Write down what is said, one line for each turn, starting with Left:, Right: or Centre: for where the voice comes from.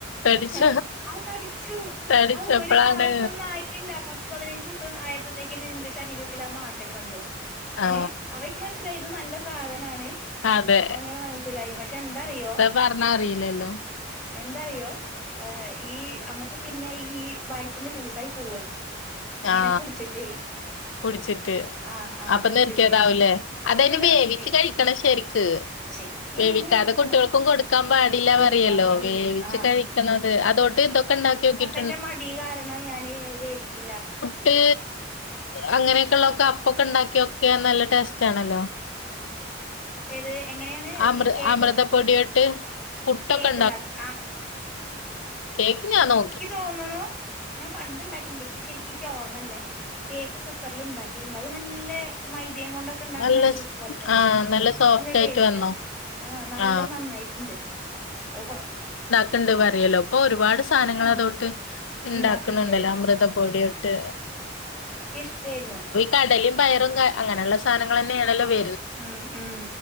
Left: തടിച്ച
Centre: ഹാ തടിച്ചു
Left: തടിച്ചപ്പോഴാണ്
Centre: അ ഒരു മാസൊന്നും ആയിട്ടില്ല പത്ത് പത്ത് പതിനഞ്ചൂസം ആയപ്പോത്തേക്ക് എന്റെ ശരീരത്തില് ആ മാറ്റം കണ്ടു.
Left: ആ
Centre: ഏഹ് അവ എനിക്ക് മനസ്സിലായി ഇത് നല്ല സാധനാണ്.
Left: അതെ
Centre: അങ്ങനെ മനസ്സിലായി. പക്ഷെ എന്തറിയോ?
Left: വർന്ന അറിയില്ലല്ലോ?
Centre: എന്താറിയോ ഏ ഈ അമ്മക്ക് പിന്നെ ഈ വയറ്റിന്ന് ലൂസായി പോവാണ് ഇങ്ങനെ
Left: ആ
Centre: കുടിച്ചിട്ടേ.
Left: കുടിച്ചിട്ട്
Centre: ആഹ് ആഹ്
Left: അപ്പ
Centre: കുടിച്ചിട്ട്
Left: നിർത്തിയതാവൂലേ.
Centre: അപ്പൊ
Left: അതയിന്
Centre: പിന്നെ
Left: വേവിച്ച്
Centre: നിർത്തി
Left: കഴിക്കണം ശരിക്ക്.
Centre: ശരിക്ക്
Left: വേവിക്കാതെ
Centre: അങ്ങനെ വേവിക്കണം
Left: കുട്ടിയോള്ക്ക്‌ ക്കാം പാടില്ല
Centre: കൊടുക്കാൻ
Left: പറയല്ലോ
Centre: പാടില്ല
Left: വേവിച്ച്
Centre: ആഹ്
Left: കഴിക്കണത്. അതോട്ട് ഇതൊക്കെണ്ടാക്കി വെക്കല്
Centre: എന്റെ മടി കാരണം ഞാന് വേവിക്കില്ല.
Left: ട്ട് അങ്ങനെയൊക്കെയുള്ളക്കെ അപ്പൊക്കെ ഉണ്ടാക്കിയക്കെ നല്ല ടേസ്റ്റ് ആണല്ലോ.
Centre: ഏത് എങ്ങനെയാണ്
Left: അമൃ
Centre: ഈ കേക്കൊക്കെ
Left: അമൃതപ്പൊടിയോട്ട് പുട്ടൊക്കെ
Centre: കേക്ക് ഉണ്ടാക്ക <unintelligible>
Left: കേക്കിനാന്നോ
Centre: ക്ക് തോന്നുണു ഞാൻ പണ്ട് ഇണ്ടാക്കിണ്ട് ഇപ്പ ശരിക്ക്‌ ക്ക് ഓർമ്മല്ലേ കേക്ക് കുക്കറിൽ ഇണ്ടാക്കിയിട്ടുണ്ട്. അത് നല്ല മൈദെ കൊണ്ട ക്കെ ഉണ്ടാക്കുണ
Left: നല്ല
Centre: കേക്ക്
Left: സ്-
Centre: പോലെ തന്നെ.
Left: ആ സോഫ്റ്റ്
Centre: നല്ല ടേസ്റ്റ്
Left: ആയിട്ട് വന്നോ
Centre: ആണ്. ആഹ നല്ലോ
Left: ആ
Centre: നന്നായിട്ടിണ്ട് അത് കൊ
Left: ണ്ട് പറയല്ലോ. ഇപ്പ ഒരുപാട് സ് സാധങ്ങളെതൊട്ട്
Centre: ആഹ്
Left: ഇണ്ടാക്കണണ്ടല്ലോ
Centre: ഇണ്ടാക്ക്ണ്ട്
Left: അമൃതപൊടിയൊട്ട്
Centre: ക്ക്‌ ഈഷ്ടായിരുന്നു.
Left: കടലേം പയറൊക്കെ അങ്ങനുള്ള സാധനങ്ങളാണല്ലോ വ..
Centre: ഉം ഉം